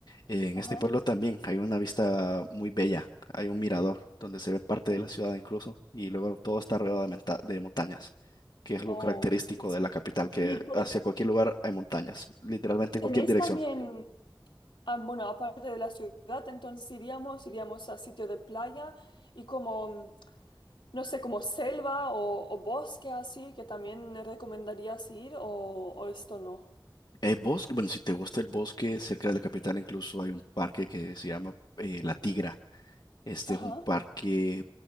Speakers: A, on the left (about 60°); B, on the left (about 80°).
A: Eh, En
B: Ajá.
A: este pueblo también hay una vista muy bella, hay un mirador donde se ve parte de la ciudad incluso y luego todo está rodeado de, monta- de montañas, que es algo
B: Oh,
A: característico
B: sí, sí.
A: de la capital, que
B: Y por
A: hacia
B: ej-
A: cualquier lugar hay montañas, literalmente en
B: tenéis
A: cualquier dirección.
B: también, ah, bueno, aparte de la ciudad, entonces iríamos, iríamos a sitio de playa y como, no sé, como selva o, o bosque así, que también recomendarías ir o, o esto no.
A: Hay bosque, bueno, si te gusta el bosque, cerca de la capital incluso hay un parque que se llama eh, La Tigra. Este
B: Ajá.
A: es un parque,